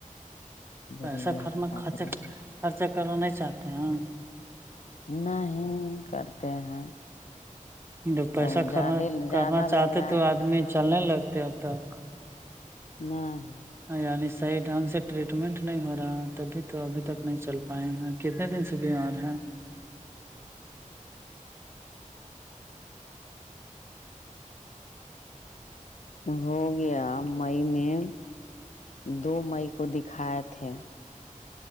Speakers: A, on the left; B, on the right.
A: غریب
B: پیسہ
A: ہے
B: خنا
A: تو کا
B: خرچا
A: چلے گا
B: خرچا کرنا نہیں چاہتے ہیں
A: نہیں کرتے ہیں
B: جو پیسہ
A: اور زیادہ
B: خرا
A: زیادہ
B: کرنا چاہتے
A: لگ رہا
B: تو
A: ہے
B: آدمی چلنے لگتے اب تک
A: نہیں
B: یعنی صحیح ڈھنگ سے ٹریٹمنٹ نہیں ہو رہا تبھی تو ابھی تک نہیں چل پائے ہیں کتنے دن سے بیمار ہے
A: ہو گیا مئی میں دو مئی کو دکھائے تھے